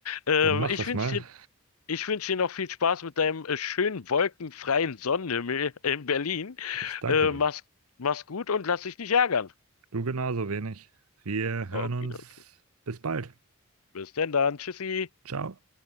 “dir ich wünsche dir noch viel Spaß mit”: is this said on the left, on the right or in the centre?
Left